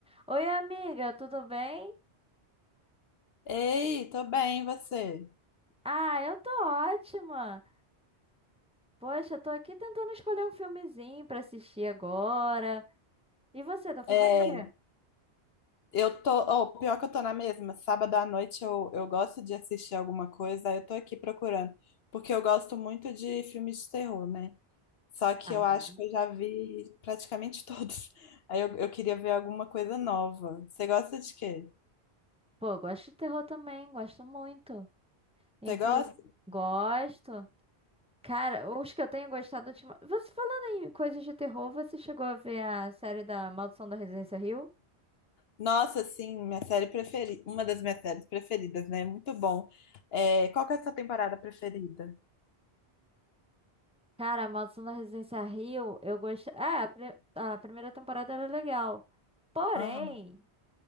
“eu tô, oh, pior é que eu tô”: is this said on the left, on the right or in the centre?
Left